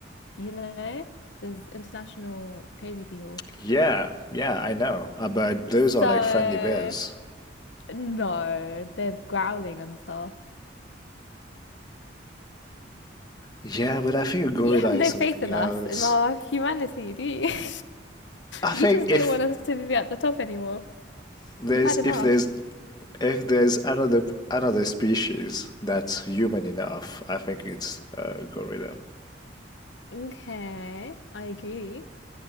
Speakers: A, on the left; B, on the left.
A: you know, there's international crazy people.
B: Yeah, yeah, I know. Uh, But those
A: So,
B: are like friendly bears.
A: no, they're growling and stuff.
B: Yeah, but I think a gorilla
A: You have no
B: is something
A: faith in
B: else.
A: us, in our humanity, do you? <laughs>
B: I think
A: You just
B: if
A: don't want us to be at the top anymore.
B: there's
A: You've had enough.
B: if there's if there's another another species that's human enough, I think it's a gorilla.
A: Okay, I agree.